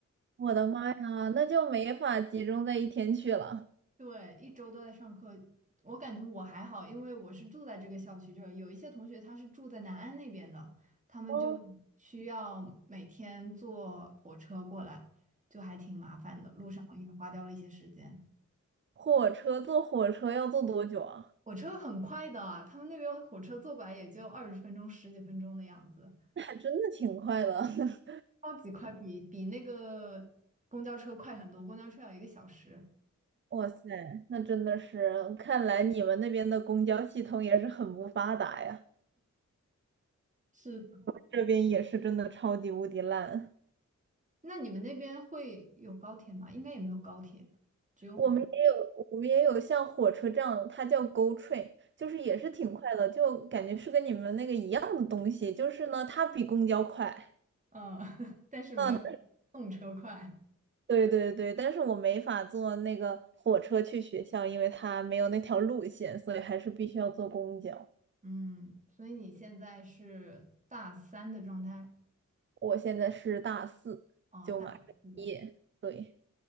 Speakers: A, on the right; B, on the right.
A: 我的妈呀，那就没法集中在一天去了。
B: <laughs> 对，一周都在上课。我感觉我还好，因为我是住在这个校区这儿，有一些同学他是住在南安那边的，他们就需要每天坐火车过来，
A: 哦，
B: 就还挺麻烦的，路上也花掉了一些时间。
A: 火车坐火车要坐多久啊？
B: 火车很快的啊，他们那边火车坐过来也就二十分钟、十几分钟的样子。
A: <laughs> 那还真的挺快的。<laughs>
B: 超级快，比比那个公交车快很多，公交车要一个小时。
A: 哇塞，那真的是，看来你们那边的公交系统也是很不发达呀。
B: 是的
A: 这边也是真的超级无敌烂。
B: 那你们那边会有高铁吗？应该也没有高铁吧只有火车。
A: 我们也有，我们也有像火车这样，它叫 GO Train，就是也是挺快的，就感觉是跟你们那个一样的东西，就是呢，它比公交快。
B: 嗯，<laughs> 但是没有动车快。
A: 嗯，对对对，但是我没法坐那个火车去学校，因为它没有那条路线，所以还是必须要坐公交。
B: 嗯，所以你现在是大三的状态，
A: 我现在是大四，
B: 啊，
A: 就马上毕业，
B: 大四，
A: 对，